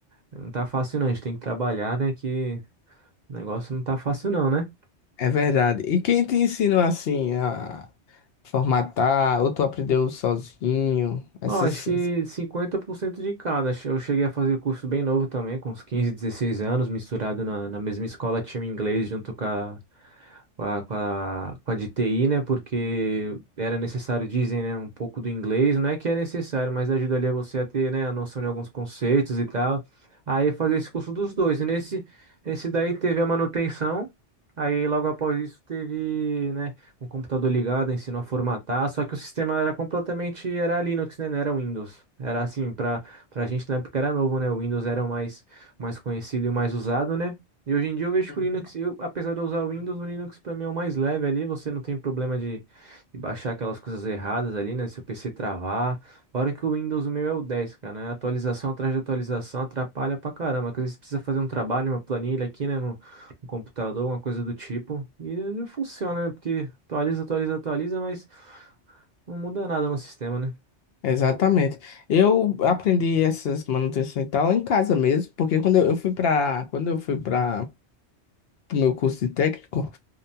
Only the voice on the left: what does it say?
É verdade. E quem te ensinou assim a formatar, ou tu aprendeu sozinho? Essas...
essas-
Uhum.
Exatamente. Eu aprendi essas manutenções e tal em casa mesmo, porque quando eu eu fui para quando eu fui para o meu curso de técnico,